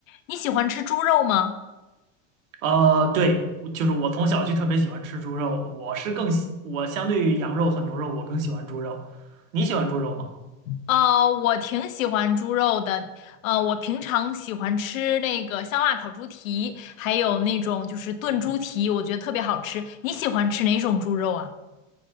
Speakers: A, on the left (about 80°); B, on the right (about 80°).
A: 你喜欢吃猪肉吗？
B: 呃，对，就是我从小就特别喜欢吃猪肉，我是更喜，我相对于羊肉和牛肉，我更喜欢猪肉。你喜欢猪肉吗？
A: 呃，我挺喜欢猪肉的。呃，我平常喜欢吃那个香辣烤猪蹄，还有那种就是炖猪蹄，我觉得特别好吃。你喜欢吃哪种猪肉啊？